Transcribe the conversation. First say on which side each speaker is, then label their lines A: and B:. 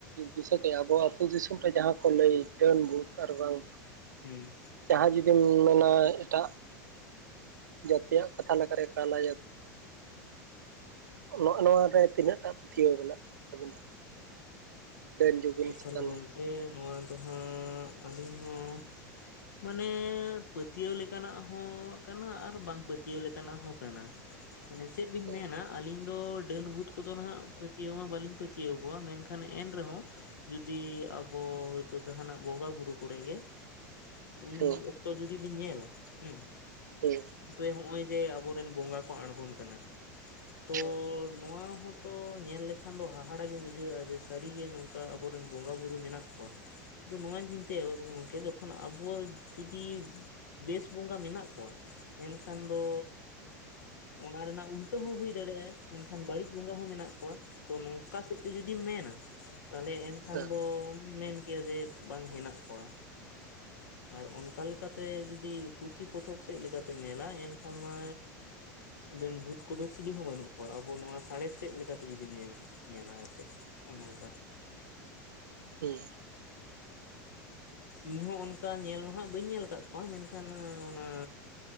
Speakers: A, on the right; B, on the left.
A: ᱫᱤᱥᱟᱹ ᱠᱮᱜᱼᱟ ᱟᱵᱚ ᱟᱹᱛᱩ ᱫᱤᱥᱚᱢ ᱨᱮ ᱡᱟᱦᱟᱸ ᱠᱚ ᱞᱟᱹᱭ ᱰᱟᱹᱱ, ᱵᱷᱩᱛ ᱟᱨ ᱵᱟᱝ
B: ᱦᱩᱸ
A: ᱡᱟᱦᱟᱸ ᱡᱩᱫᱤᱢ ᱢᱮᱱᱟ ᱮᱴᱟᱜ ᱡᱟᱹᱛᱤᱭᱟᱜ ᱠᱟᱛᱷᱟ ᱞᱮᱠᱟᱨᱮ ᱮᱠᱟ ᱞᱟᱭᱟ. ᱠ ᱱᱚᱜᱼᱚ ᱱᱚᱣᱟ ᱨᱮ ᱛᱤᱱᱟᱹᱜ ᱴᱟ ᱯᱟᱹᱛᱭᱟᱹᱣ ᱢᱮᱱᱟᱜ ᱛᱟᱵᱤᱱᱟ ᱰᱟᱹᱱ ᱡᱩᱜᱤᱱ
B: ᱮᱠᱟᱞ
A: ᱪᱮᱛᱟᱱ
B: ᱜᱚᱢᱠᱮ ᱱᱚᱣᱟ ᱫᱚ ᱦᱟᱸᱜ ᱟᱹᱞᱤᱧ ᱦᱚᱸ ᱢᱟᱱᱮ ᱯᱟᱹᱛᱭᱟᱹᱣ ᱞᱮᱠᱟᱱᱟᱜ ᱦᱚᱸ ᱠᱟᱱᱟ ᱟᱨ ᱵᱟᱝ ᱯᱟᱹᱛᱭᱟᱹᱣ ᱞᱮᱠᱟᱱᱟᱜ ᱦᱚᱸ ᱠᱟᱱᱟ ᱢᱟᱱᱮ ᱪᱮᱫ ᱞᱤᱧ
A: ᱦᱩᱸ
B: ᱢᱮᱱᱟ ᱟ. ᱞᱤᱧ ᱫᱚ ᱰᱟᱹᱱ, ᱵᱷᱩᱛ ᱠᱚᱫᱚ ᱱᱟᱦᱟᱜ ᱯᱟᱹᱛᱭᱟᱹᱣ ᱢᱟ ᱵᱟᱹᱞᱤᱧ ᱯᱟᱹᱛᱭᱟᱹᱣ ᱠᱚᱣᱟ ᱢᱮᱱᱠᱷᱟᱱ ᱮᱱ ᱨᱮᱦᱚᱸ ᱡᱩᱫᱤ ᱟᱵᱚ ᱦᱚᱭᱛᱳ ᱡᱟᱦᱟᱱᱟᱜ ᱵᱚᱸᱜᱟ ᱵᱩᱨᱩ ᱠᱚᱨᱮ ᱜᱮ ᱩᱱ
A: ᱦᱩᱸ
B: ᱚᱠᱛᱚ ᱡᱩᱫᱤ ᱵᱤᱱ ᱧᱮᱞᱟ ᱦᱩᱸ
A: ᱦᱮᱸ
B: ᱛᱚ ᱦᱚᱜᱼᱚᱭ ᱡᱮ ᱟᱵᱚᱨᱮᱱ ᱵᱚᱸᱜᱟ ᱠᱚ ᱟᱬᱜᱚᱱ ᱠᱟᱱᱟ ᱛᱚᱻ
A: ᱦᱮᱸ
B: ᱱᱚᱣᱟ ᱦᱚᱛᱚ ᱧᱮᱞ ᱞᱮᱠᱷᱟᱱ ᱫᱚ ᱦᱟᱦᱟᱲᱟᱜ ᱜᱮ ᱵᱩᱡᱷᱟᱹᱜᱼᱟ ᱡᱮ ᱥᱟᱹᱨᱤ ᱜᱮ ᱱᱚᱝᱠᱟ ᱚᱱᱠᱟ ᱟᱵᱚᱨᱮᱱ ᱵᱚᱸᱜᱟᱼᱵᱩᱨᱩ ᱢᱮᱱᱟᱜ ᱠᱚᱣᱟ᱾ ᱫᱚ ᱱᱚᱣᱟᱧ ᱪᱤᱱᱛᱟᱹᱭᱟ ᱵᱟ. ᱵᱩ ᱜᱚᱝᱠᱮ ᱡᱚᱠᱷᱚᱱ ᱟᱵᱚ ᱡᱩᱫᱤ ᱵᱮᱥ ᱵᱚᱸᱜᱟ ᱢᱮᱱᱟᱜ ᱠᱚᱣᱟ ᱮᱱᱠᱷᱟᱱ ᱫᱚᱻ ᱚᱱᱟ ᱨᱮᱱᱟᱜ ᱩᱞᱴᱟᱹ ᱦᱚᱸ ᱦᱩᱭ ᱫᱟᱲᱮᱭᱟᱜᱼᱟ ᱮᱱᱠᱷᱟᱱ ᱵᱟᱹᱲᱤᱡ ᱵᱚᱸᱜᱟ ᱦᱚᱸ ᱢᱮᱱᱟᱜ ᱠᱚᱣᱟ ᱛᱚ ᱱᱚᱝᱠᱟ ᱥᱮᱫ ᱛᱮ ᱡᱩᱫᱤᱢ ᱢᱮᱱᱟ ᱛᱟᱦᱞᱮ ᱮᱱᱠᱷᱟᱱ
A: ᱦᱮᱸ
B: ᱫᱚᱢ ᱢᱮᱱ ᱠᱮᱭᱟ ᱡᱮ ᱵᱟᱝ ᱦᱮᱱᱟᱜ ᱠᱚᱣᱟ᱾ ᱟᱨ ᱚᱱᱠᱟ ᱞᱮᱠᱟᱛᱮ ᱡᱩᱫᱤ ᱯᱩᱛᱷᱤ- ᱯᱚᱛᱚᱵ ᱥᱮᱫ ᱞᱮᱠᱟᱛᱮᱢ ᱧᱮᱞᱟ ᱮᱱᱠᱷᱟᱱ ᱢᱟ ᱰᱟᱹᱱ, ᱵᱷᱩᱛ ᱠᱚᱫᱚ ᱪᱤᱞᱤ ᱦᱚᱸ ᱵᱟᱹᱱᱩᱜ ᱠᱚᱣᱟ ᱟᱵᱚ ᱱᱚᱣᱟ ᱥᱟᱬᱮᱥ ᱥᱮᱫ ᱞᱮᱠᱟᱛᱮ ᱡᱩᱫᱤᱢ ᱧᱮᱞ ᱧᱮᱞᱟ ᱟᱨ ᱪᱮᱫ ᱚ ᱱᱚᱝᱠᱟ
A: ᱦᱩᱸ
B: ᱤᱧᱦᱚᱸ ᱚᱱᱠᱟ ᱧᱮᱞ ᱢᱟ ᱦᱟᱸᱜ ᱵᱟᱹᱧ ᱧᱮᱞ ᱟᱠᱟᱫ ᱠᱚᱣᱟ ᱢᱮᱱᱠᱷᱟᱱ ᱚᱱᱟ